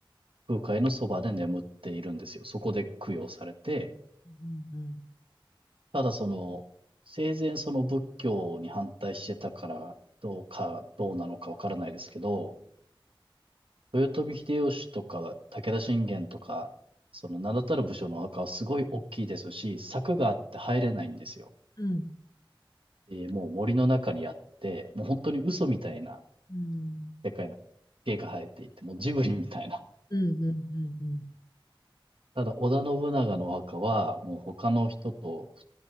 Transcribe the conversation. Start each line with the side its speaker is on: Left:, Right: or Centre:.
Right: 空海のそばで眠っているんですよ。そこで供養されて、
Left: うん。うん。
Right: ただその、生前その仏教に反対してたからどうか、どうなのかわからないですけど、豊臣秀吉とか武田信玄とか、その名だたる武将のお墓はすごい大きいですし、柵があって入れないんですよ。
Left: うん。
Right: えーもう森の中にあって、もう本当に嘘みたいな
Left: うん。
Right: 世界なんです。苔が生えていて、もうジブリみたいな。
Left: うん。うん。うん。うん。
Right: ただ織田信長のお墓は、もう他の人と普